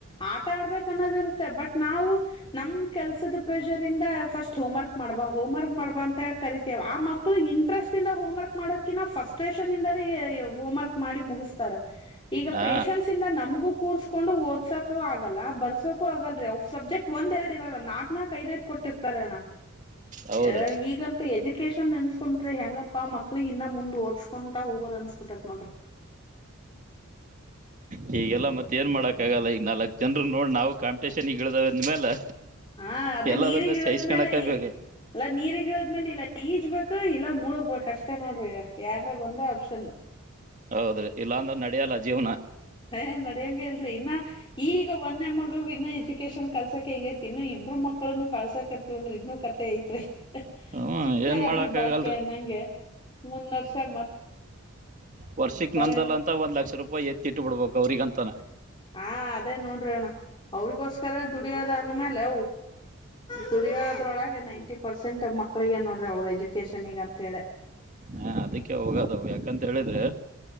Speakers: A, on the left; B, on the right.
A: ಆಟ ಆಡ್ಬೇಕ ಅನ್ನೋದ ಇರುತ್ತೆ ಬಟ್ ನಾವು ನಮ ಕೆಲ್ಸದ ಪ್ರೆಷರ್ ಇಂದ ಫಸ್ಟ್ ಹೋ. ಕ್ ಮಾಡ್ಬಾ ಹೋಮ್ ವರ್ಕ್ ಮಾಡ್ಬ ಅಂತ. ಕರಿತೇವೆ ಆ ಮಕ್ಕಳು ಇಂಟ್ರೆಸ್ಟ್ ಇಂದ ಹೋಮ ವರ್ಕ್ ಮಾಡೋದಕಿಂತ ಫಸ್ಟೇಷನ್ ಇಂದ ಹೋಮ್ ವರ್ಕ್ ಮಾಡಿ ಮುಗ. ಉಸ್ತರ. ಈಗ
B: ಹಾ
A: ಪೇೇಶನ್ಸ್ ಇಂದ ನಮಗೂ ಕೂರ್ಸ್ಕೊಂಡು ಓದ್ಸಕು ಆಗಲ್ಲ ಬರ್ಸೋಕು ಆಗಲ್ರಿ. ಸಬ್ಜೆಕ್ಟ್ ಒಂದ ಎರಡ್ ಇರಲ್ಲ ನಾಕ್ ನಾಕ್ ದ ಐ್ ಕೊಟ್ಟರ್ತಾರೆ ಅಣ.
B: ಹೌದ್ರಿ
A: ಅ ಈಗಂತ ಎಜುಕೇಶನ್ ಎನ್ಸ್ಕೊಬಿಟ್ರೆ ಹೆಂಗಪ್ಪಾ ಮಕ್ಕಳ. ಅಲ್ಲಿಗ್ ಇನ್ನ ಮುಂದ್ ಓದ್ಸ್ಕೊಂತಾ ಹೋಗೋದ ಅನ್ಸ್ಬಿಟ್ಟೈತ್ ನೋಡ್ರಿ.
B: ಹೀಗೆಲ್ಲ ಮತ್ತೆ ಏನ್ ಮಾಡಕ್ಕ ಆಗಲ್ಲ ಈ. ನಾಲ್ಕ್ ಜನರು ನೋಡ್ ನಾವು ಕಾಂಪಟಷನ್ಗ ಇಳಿದ ಅಂದ್ಮೇಲೆ.
A: ಹಾ ಅದೇ
B: ಎಲ್ಲದನ್ನ
A: ನೀರಿಗಿಳದ್ಮೇಲೆ
B: ಸಹಿಸ್ಕೊಳಕಾಗ್ಬೇಕು
A: ಅಲ್ಲಾ ನೀರ್ಗಿಳದ್್ಮೇಲೆ ಇಲ್ಲ ಈಜ ಬ. ಇಲ್ಲ ಮೂಳಕ್ ಕಷ್ಟ ನೋಡ್ರಿ ಎರಡ್ರಾಗ ಒಂದೇ ಆಪ್ಷನ್.
B: ಹೌದ್ರಿ ಇಲ್ಲಾ ಅಂದ್ರ ನಡಿಯಲ್ಲ ಜೀವ್ನ.
A: ಏ ನಡಂಗ ಹೇಳಲ್ರಿ ಇನ್ನ ಈಗ ಒಂದೆ ಮಗ ಇನ್ನ ಎಜುಕೇಶನ್ ಕಲ್ಸಕ ಹೆಂಗೇ ತಿನ್ನು ಇ. ಇಬ್ಬ್ರ ಮಕ್ಳನ್ನು ಕಳ್ಸಾಕತ್ ಅಂದ್ರ ಇನ್ನುೂ ಕತೆ ಐತ್ರಿ.
B: ಹ್ಮ್
A: ಪಿಕ್ಚರ್
B: ಏನ್ ಮಾಡಕ್ಕಾಗಲ್ರಿ
A: ಬಿಿ ಬಾಕಿಯ ನಂಗೆ ಮುಂದ ವರ್ಷ ಮತ್.
B: ವರ್ಷಕ್
A: ಹೋಗ್ತಾನೆ
B: ನಂದಲ್ಲ
A: ಇರ್
B: ಅಂತ ಒಂದ್ ಲಕ್ಷ ರೂಪಾಯಿ ಎತ್ತಿಟ್ಟು ಬಿಡ್ಬೇಕು ಅವ್ರಿಗ ಅಂತಾನ.
A: ಹಾ ಅದೇ ನೋಡ್ರಿ ಅಣ್ಣ ಅವರಿಿಗೋಸ್ಕರ ದುಡಿಯೋದ ಅಂದ್ಮೇಲೆ. ದುಡಿಯೋದ್ರೊಳಗೆ ನೈಂಟಿ ಪರ್ಸೆಂಟ್ ಮಕ್ಳಿಗೆ ನ್ ನೋಡ್ರಿ ಅವ್ರ ಎಜುಕೇಶನ್ಗ ಅಂತ ಹೇಳೆ.
B: ಹಾ ಅದಕ್ಕೆ ಹೋಗದ ಯಾಕಂತ ಹೇಳಿದ್ರೆ.